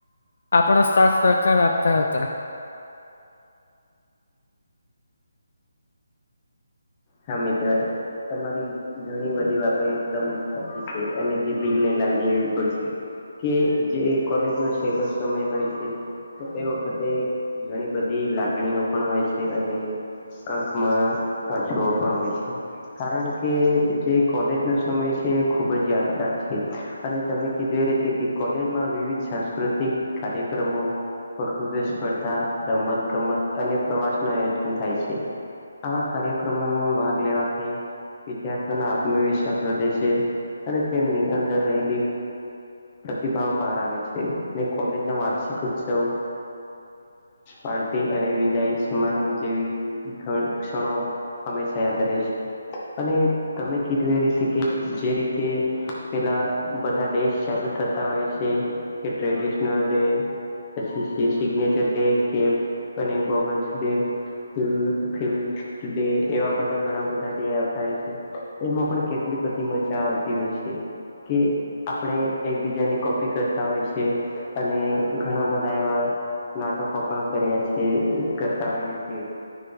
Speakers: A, on the left; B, on the left.
A: આપણાો સાથ સહકાર આપતા હતા.
B: હા મિત્ર તમારી. ઘણી બધી વાતો. એકદમ સાચી છે અને જે દિલ ને. લાગે એવી પણ છે. કે જે કોલેજ નો છેલ્લો સમય હોય છે તો એ વખતે ઘણી બધી. લાગણીઓ પણ હોય છે. અને આંખમાં જો પણ હોય છે કારણ કે જે કોલેજનોો સમય છે ખુબ જ યાદગાર અને તમે કીધું એ રતે કે કોલેજમાં વિવિધ સાંસ્કૃતિક કાર્યક્રમો પ્રકૃતિ સ્પર્ધા રમત ગમત અને પ્રવાસ ન આયોજન થાય છે. આવા કાર્યક્રમોમાં ભાગ લેવાથી વિદ્યાર્થીઓના આત્મવિશ્વાસ વધે છે. અને તેમની અંદર રહેલી પ્રતિભાવ બહાર આવે છે. કોલેજ ના વાર્ષિક ઉત્સવ પાર્ટી અને વિદાય સમારંભ જેવી ક્ષણો હંમેશા યાદ રહે છે. અને તમે કીધું એ રીતે કે જે રીતે પેલા બધા ડેશ ચાલુ થતા હોય છે કે ટ્રેડિશનલ ડે પછી સિગ્નેચર ડે કે અને goggles day film film... day એવા બધા ઘણા બધા ડે આવતા હોય છે. એમાં પણ કેટલી બધી મજા આવતી હોય છે. કે આપણે એકબીજાની કોપી કરતા હોય છે. અને ઘણા બધા એવા નાટકો પણ કર્યા છીએ કરતા હોઈએ છીએ